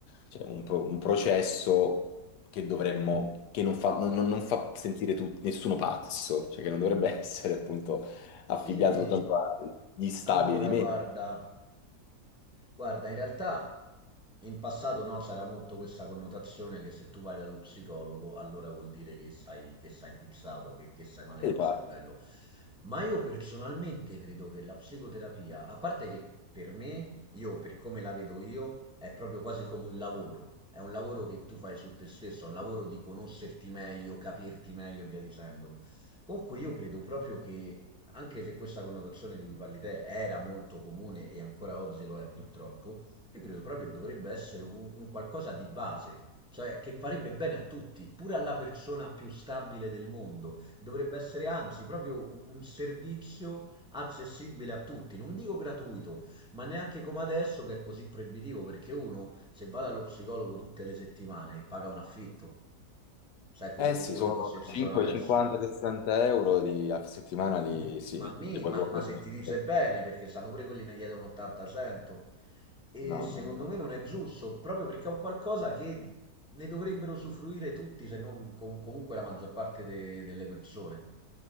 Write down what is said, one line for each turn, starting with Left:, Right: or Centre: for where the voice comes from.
Left: Cioè, un, pro- un processo che dovremmo, che non fa, non- non- non fa sentire tu- nessuno pazzo, cioè che non dovrebbe <laughs> essere appunto affibbiato
Centre: Sì,
Left: soltanto agli stabili
Centre: allora
Left: di me.
Centre: guarda, Guarda, in realtà in passato no, c'era molto questa connotazione che se tu vai dallo psicologo allora vuol dire che stai, che stai impizzato, che, che stai male col
Left: E pazzi.
Centre: cervello. Ma io personalmente credo che la psicoterapia, a parte che per me, io per come la vedo io, è proprio quasi come un lavoro. È un lavoro che tu fai su te stesso, è un lavoro di conoscerti meglio, capirti meglio e via dicendo. Con cui io credo proprio che anche se questa connotazione di cui parli te era molto comune e ancora oggi lo è purtroppo, io credo proprio che dovrebbe essere un, un qualcosa di base, cioè che farebbe bene a tutti, pure alla persona più stabile del mondo. Dovrebbe essere anzi proprio un, un servizio accessibile a tutti, non dico gratuito, ma neanche come adesso che è così proibitivo, perché uno se va dallo psicologo tutte le settimane paga un affitto, sai, co-
Left: Eh
Centre: co-
Left: sì,
Centre: con
Left: sono
Centre: i costi che ci
Left: 5,
Centre: sono adesso.
Left: 50, 60 euro di- a settimana di...
Centre: Mm,
Left: Sì,
Centre: Ma,
Left: non
Centre: mi,
Left: li puoi
Centre: ma,
Left: proprio...
Centre: ma se ti dice
Left: perdere.
Centre: bene, perché sanno pure quelli ne chiedono 80-100, e
Left: No,
Centre: secondo
Left: no, no, no.
Centre: me non è giusto, proprio perché è un qualcosa che ne dovrebbero usufruire tutti, se non com- comunque la maggior parte de- delle persone.